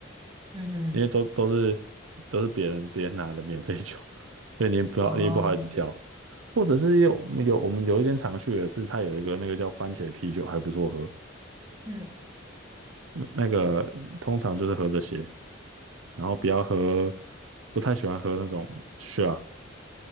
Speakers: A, on the right; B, on the right.
A: 嗯哼，
B: 因为都都是都是别人别人拿的免费酒，<laughs> 所以你也不要你也不好意思挑，
A: 哦，
B: 或者是有有我们有一间常去的是它有一个那个叫番茄啤酒还不错喝，
A: 嗯
B: 那那个通常就是喝这些，然后不要喝，不太喜欢喝那种 shot，